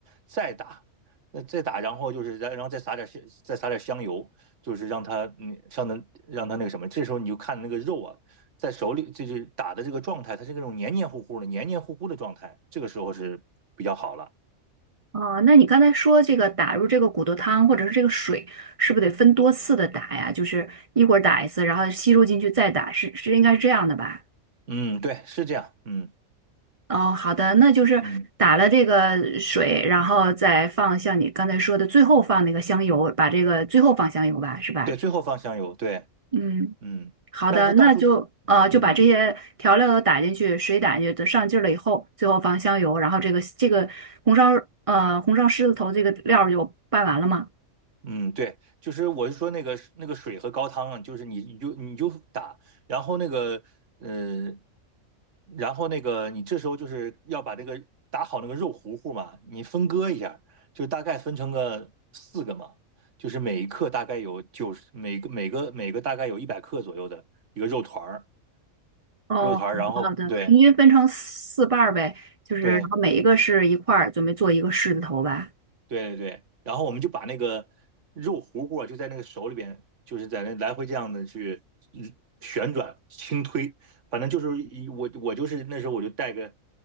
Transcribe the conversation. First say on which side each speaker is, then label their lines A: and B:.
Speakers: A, on the right; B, on the right.
A: 再打。那再打，然后就是然然后再撒点香，再撒点香油，就是让它嗯，上的让它那个什么，这时候你就看那个肉啊，在手里就是打的这个状态，它是那种黏黏糊糊的、黏黏糊糊的状态，这个时候是比较好了。
B: 哦，那你刚才说这个打入这个骨头汤或者是这个水，是不是得分多次的打呀？就是一会儿打一次，然后吸收进去再打，是是应该是这样的吧？
A: 嗯，对，是这样。嗯
B: 哦，好的，那就是打了这个水，
A: 嗯，
B: 然后再放像你刚才说的，最后放那个香油，把这个最后放香油吧，是吧？
A: 对，最后放香油，对，
B: 嗯，
A: 嗯，
B: 好的，
A: 但是倒数，
B: 那就呃就把这些调料都打进去，
A: 嗯。
B: 水打进去，等上劲儿了以后，最后放香油，然后这个这个红烧呃红烧狮子头这个料儿就拌完了吗？
A: 嗯，对，就是我是说那个那个水和高汤啊，就是你你就你就打，然后那个呃，然后那个你这时候就是要把这个打好那个肉糊糊嘛，你分割一下，就大概分成个四个嘛，就是每一克大概有九十，每个每个每个大概有一百克左右的一个肉团儿，
B: 哦，
A: 肉团儿，然后对
B: 好的，平均分成四瓣儿呗，就是然后每一个是一块儿，
A: 对，
B: 准备做一个狮子头吧。
A: 对对对，然后我们就把那个肉糊糊啊，就在那个手里边，就是在那来回这样的去嗯旋转轻推，反正就是一我我就是那时候我就戴个